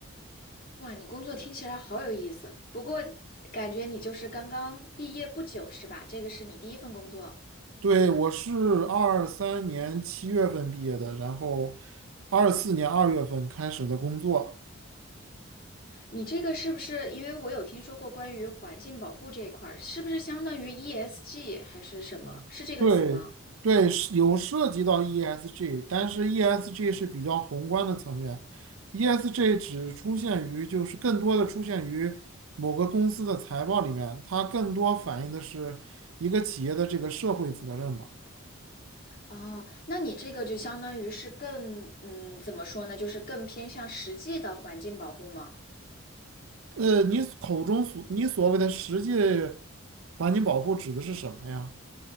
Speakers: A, on the left (about 45°); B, on the right (about 80°).
A: 哇，你工作听起来好有意思。不过感觉你就是刚刚毕业不久是吧？这个是你第一份工作。
B: 对，我是二三年七月份毕业的，然后二四年二月份开始的工作。
A: 你这个是不是因为我有听说过关于环境保护这一块儿，是不是相当于 ESG 还是什么？是这个词吗？
B: 对对，是有涉及到 ESG，但是 ESG 是比较宏观的层面，ESG 只出现于就是更多的出现于某个公司的财报里面，它更多反映的是一个企业的这个社会责任吧。
A: 哦，那你这个就相当于是更，嗯，怎么说呢？就是更偏向实际的环境保护吗？
B: 呃，你口中所你所谓的实际环境保护指的是什么呀？